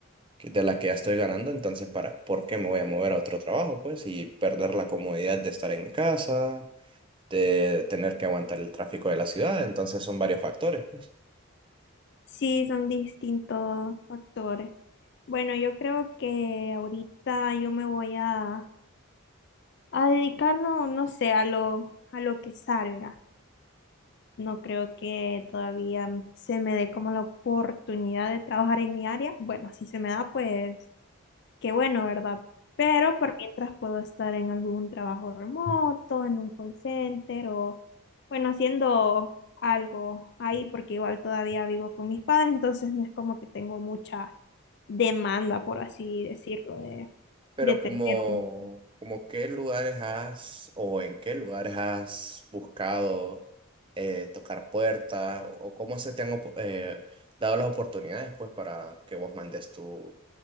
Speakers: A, on the right (about 25°); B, on the left (about 50°).
A: que- de la que ya estoy ganando, entonces, para, ¿por qué me voy a mover a otro trabajo, pues? Y perder la comodidad de estar en mi casa, de tener que aguantar el tráfico de la ciudad, entonces son varios factores, pues.
B: Sí, son distintos factores. Bueno, yo creo que ahorita yo me voy a, a dedicar, no, no sé, a lo, a lo que salga. No creo que todavía se me dé como la oportunidad de trabajar en mi área. Bueno, si se me da, pues Qué bueno, ¿verdad? Pero por mientras puedo estar en algún trabajo remoto, en un call center o, bueno, haciendo algo ahí, porque igual todavía vivo con mis padres, entonces no es como que tengo mucha demanda, por así decirlo, de,
A: Pero
B: de tener
A: como,
B: un
A: como qué lugares has o en qué lugares has buscado eh, tocar puertas o, o cómo se te han op- eh, dado las oportunidades pues para que vos mandes tu,